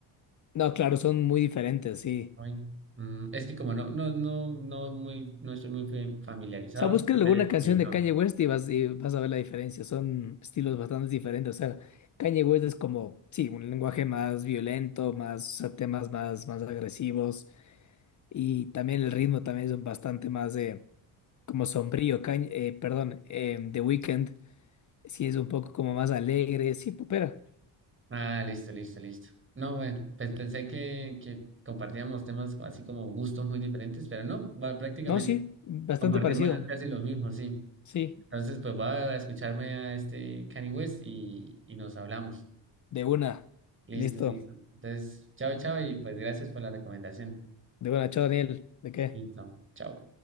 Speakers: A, on the left; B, on the right.
A: No, claro, son muy diferentes, sí.
B: Ay, mm, es que como no, no, no, no muy, no estoy muy fe- familiarizado,
A: O sea, busca
B: no
A: alguna
B: sé de
A: canción
B: los nombres.
A: de Kanye West y vas, y vas a ver la diferencia. Son estilos bastante diferentes. O sea, Kanye West es como, sí, un lenguaje más violento, más, o sea, temas más, más agresivos. Y también el ritmo también es bastante más eh, como sombrío. cañ eh, perdón, eh, The Weeknd sí es un poco como más alegre. Sí, popera.
B: Ah, listo, listo, listo. No, bueno, pues pensé que, que compartíamos temas así como gustos muy diferentes, pero no, va- prácticamente
A: No, sí, bastante
B: compartimos
A: parecido.
B: casi los mismos, sí.
A: Sí,
B: Entonces, pues voy a escucharme a este Kanye West y, y nos hablamos.
A: de una.
B: Listo,
A: Listo.
B: listo. Entonces, chao, chao y pues gracias por la recomendación.
A: De una, chao Daniel. ¿De qué?
B: Listo, chao.